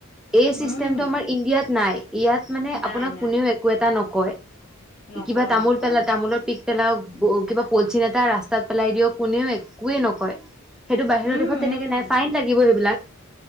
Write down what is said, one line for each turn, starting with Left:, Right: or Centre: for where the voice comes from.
Centre: এই চিষ্টেমটো
Left: উম
Centre: আমাৰ ইণ্ডিয়াত নাই ইয়াত মানে
Left: নাই
Centre: আপোনাক
Left: নাই
Centre: কোনেও একো এটা নকয়
Left: নকয়
Centre: কিবা তামোল
Left: নকয়
Centre: পেলা তামোলৰ প পেলাওক কিবা পলচিন এটা ৰাস্তাত পেলাই দিয় কোনেও একোৱে নকয়। সেইটো বাহিৰৰ
Left: উম
Centre: দেশত তেনেকে
Left: উম
Centre: নাই ফাইন লাগিব সেইবিলাক